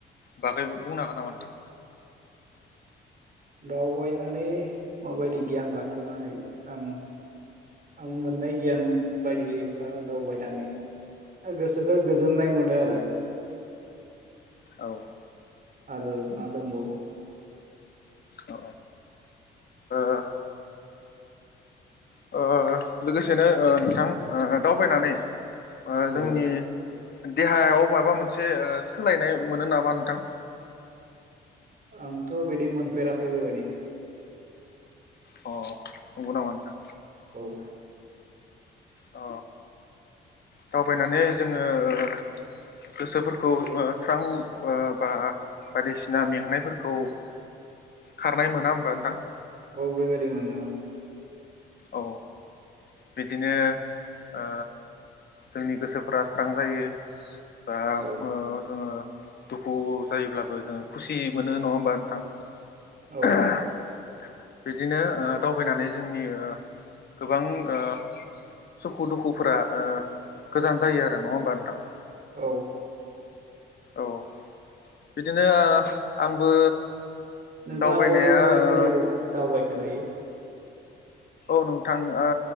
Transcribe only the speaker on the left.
बागै बुंनो हागोन नामा नोंथां?
औ
औ ओ ओ लोगोसेनो ओ नोंथां ओ दावबायनानै ओ जोंनि
देहायाव माबा मोनसे ओ सोलायनाय मोनो नामा नोंथां?
अ नंगौ नामा नोंथां?
अ दावबायनानै जोङो ओ गोसोफोरखौ ओ स्रां ओ बा बायदिसिना मेंनायफोरखौ ओ खारनाय मोना होमबा नोंथां?
औ बिदिनो ओ जोंनि गोसोफ्रा स्रां जायो। दा
ओ जोङो दुखु जायोब्लाबो जोङो खुसि मोनो नङा होमबा नोंथां?
<inaudible>
बिदिनो ओ दावबायनानै जोंनि ओ गोबां ओ सुखु दुखुफोरा ओ गोजान जायो आरो नङा होमबा नोंथां?
औ। बिदिनो ओ आंबो
दावबायनाया
ओ
औ नोंथां ओ